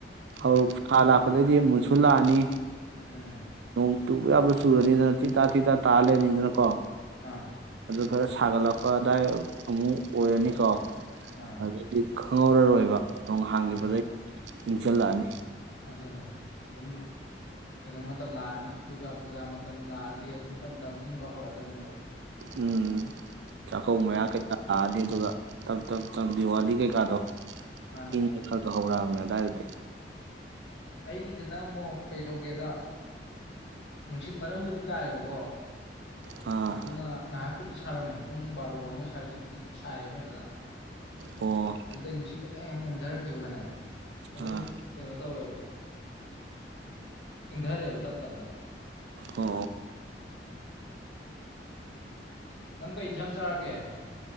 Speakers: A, on the left; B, on the right.
A: ꯎꯝ
B: ꯍꯧ ꯊꯥ ꯂꯥꯛꯄꯗ ꯑꯗꯩꯗꯤ ꯃꯨꯁꯨ ꯂꯥꯛꯑꯅꯤ
A: ꯎꯝ
B: ꯅꯣꯡ ꯆꯨꯕ ꯌꯥꯕ ꯆꯨꯔꯅꯤ ꯇꯤ ꯇꯥ ꯇꯤ ꯇ ꯇꯥꯔꯦ ꯅꯤꯡꯅꯤꯗꯅ ꯀꯣ
A: ꯑ
B: ꯑꯗꯨ ꯈꯔ ꯁꯥꯒꯠꯂꯛꯄ ꯑꯗꯥꯏ ꯑꯃꯨꯛ ꯑꯣꯏꯔꯅꯤꯀꯣ
A: ꯑꯥ
B: ꯑꯗꯨꯗꯤ ꯈꯪꯍꯧꯔꯔꯣꯏꯕ ꯅꯣꯡ ꯍꯥꯡꯈꯤꯕꯗꯩ
A: ꯃꯥꯅꯦ ꯃꯥꯅꯦ
B: ꯏꯪꯁꯤꯜꯂꯛꯑꯅꯤ
A: ꯑꯗꯨꯅꯦ ꯑꯗꯨꯝ ꯀꯩꯅꯣ ꯃꯇꯝ ꯂꯥꯛꯑꯅꯤ ꯗꯨꯔꯒꯥ ꯄꯨꯖꯥ ꯃꯇꯝ ꯂꯥꯛꯑꯗꯤ ꯑꯗꯨꯝ ꯇꯞ ꯇꯞ ꯏꯪꯕ ꯍꯧꯔꯛꯗꯕꯅꯦꯕ
B: ꯎꯝ ꯆꯥꯛꯀꯧꯕ ꯃꯌꯥ ꯀꯩꯀꯥ ꯂꯥꯛꯑꯗꯤ
A: ꯎꯝ
B: ꯑꯗꯨꯒ ꯇ ꯆ ꯗꯤꯋꯥꯂꯤ ꯀꯩꯀꯥꯗꯣ
A: ꯃꯥꯅꯦ
B: ꯏꯪꯕ
A: ꯃꯥꯅꯦ
B: ꯈꯔ ꯈꯔ ꯍꯧꯔꯅ ꯗꯤ
A: ꯑꯩꯒꯤꯗꯅ ꯑꯃꯨꯛ ꯀꯩꯗꯧꯒꯦꯗ ꯅꯨꯡꯁꯤꯠ ꯃꯔꯝꯕꯨꯗꯤ ꯇꯥꯏꯑꯦꯕꯀꯣ
B: ꯑꯥ
A: ꯑꯗꯨꯅ ꯉꯥꯏꯍꯥꯛ ꯕꯨꯗꯤ ꯁꯥꯔꯝꯃꯦ ꯄꯨꯡ ꯕꯥꯔꯣ ꯑꯃ ꯁ꯭ꯋꯥꯏꯁꯤꯕꯨꯗꯤ ꯁꯥꯏꯌꯦ ꯐꯖꯅ
B: ꯑꯣ
A: ꯑꯗꯨꯗꯩ ꯅꯨꯡꯁꯤꯠ ꯈꯤꯇꯪ ꯊꯥꯔꯛꯈꯤꯕꯒꯅꯦ ꯑꯗꯨꯝ
B: ꯑꯥ
A: ꯀꯩꯅꯣ ꯇꯧꯋꯦꯕ ꯏꯪꯊꯔꯛꯑꯦꯕ ꯇꯞ ꯇꯞꯅ
B: ꯍ
A: ꯅꯪ ꯀꯩ ꯌꯦꯟꯁꯥꯡ ꯆꯥꯔꯛꯒꯦ